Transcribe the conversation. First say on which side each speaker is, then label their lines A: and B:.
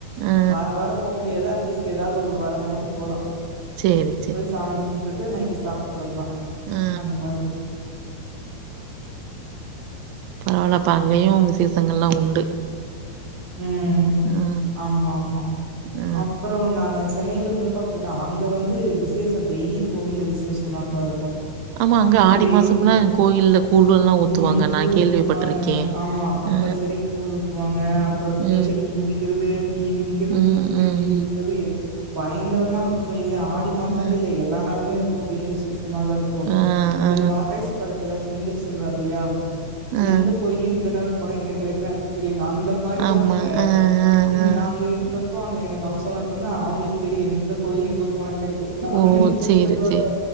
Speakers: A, on the right (about 80°); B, on the right (about 35°).
A: ஆ.
B: வாரவார போமுடியாது அட்லீஸ்ட் ஏதாது ஒரு வாரமாது போலா
A: சேரி
B: போய் சாமி கும்ட்டுட்டு நைட்டு சாப்புட்டு வர்லா
A: ஆ
B: அந்த மாரி
A: பரவால அப்ப அங்கயு விசேஷங்கள்லா உண்டு
B: ம்
A: ஆ,
B: ஆமாமா
A: ஆ.
B: அப்றோ நாங்க சென்னைலருந்தப்ப இப்டிதா அங்க வந்து விசேஷோ டெய்லி கோவில்ல விசேஷமாதாருக்கு
A: ஆமா, அங்க ஆடி
B: டெய்லியு
A: மாசம்லாம் கோயில்ல கூழ்லாம் ஊத்துவாங்க.
B: ம் கூழூத்துவாங்க
A: நான் கேள்விப்பட்டுருக்கேன்.
B: ஆமா கம்ப்பல்சரி
A: ஆ,
B: கூழூத்துவாங்க அப்றோ
A: ம்,
B: தீச்சட்டி மிதிக்கறது தீ மிதிக்கறது
A: ம், ம்,
B: தீச்சட்டி
A: ம்.
B: எடுக் போது பயங்கரமா இருக்குன் வைங்ளே ஆடி மாசோண்ட்டில்ல
A: ஆ
B: எல்லா நாளுமே அது கோவில்ல விசேஷ மாதாருக்கும்
A: ஆ
B: அந்த
A: ஆ
B: பாய்ஸ் படத்துல செந்தில் சொல்லுவாருல்லையா
A: ஆ.
B: எந்த கோயில்லயு இந்த நாள் போனா என்ன கெடைக்குன் எனக் தெரியுன்வா அந்த மாரி
A: ஆமா
B: தா அங்க
A: ஆ ஆ
B: இங்க
A: ஆ
B: நாங்க இருந்தப் ப்பாங்க எங்க ஹவுஸோனருக்கு வந்து அவுங்களுக் தெரியு எந்தந்த கோவில் எங்க போனா என்ன கெடைக் குன் அந்தன்னிக்
A: ஓ
B: கூட்டு
A: சேரி
B: போயிருவாங்க
A: சேரி